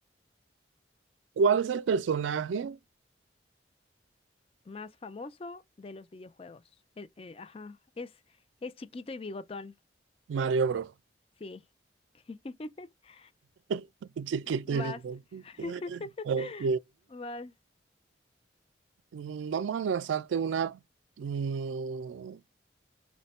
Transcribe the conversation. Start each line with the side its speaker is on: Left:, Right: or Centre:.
Right: ¿cuál es el personaje?
Left: Más famoso de los videojuegos. El- eh, ajá, es, es chiquito y bigotón.
Right: Mario Bros.
Left: Sí. <laughs>
Right: <laughs> Chiquito
Left: Vas.
Right: y vivo.
Left: <laughs>
Right: Ok.
Left: Vas.
Right: Mm, Vamos a lanzarte una mm,